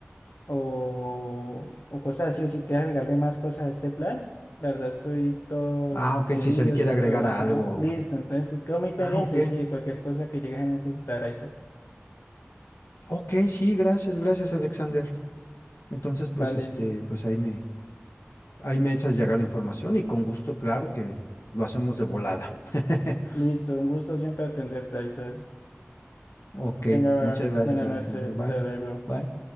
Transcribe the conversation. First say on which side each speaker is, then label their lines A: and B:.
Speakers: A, on the left (about 65°); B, on the left (about 85°).
A: o, o cosas así, o si quieres agregarle más cosas a este plan. La verdad, soy todo
B: Ah, ok,
A: oído,
B: si se le quiere
A: soy
B: agregar
A: todo,
B: a
A: ajá,
B: algo.
A: listo. Entonces, quedo muy pendiente,
B: Ah, ok.
A: sí, de cualquier cosa que llegues a necesitar, Isaac.
B: Ok, sí, gracias, gracias, Alexander. Entonces, pues,
A: Vale,
B: este, pues ahí me, Ahí me echas llegar la información y con gusto, claro que lo hacemos de volada. <laughs>
A: listo, un gusto siempre atenderte, Isaac.
B: Ok,
A: Tenga
B: muchas gracias,
A: buenas
B: Alexander.
A: noches,
B: Bye.
A: hasta luego.
B: Bye.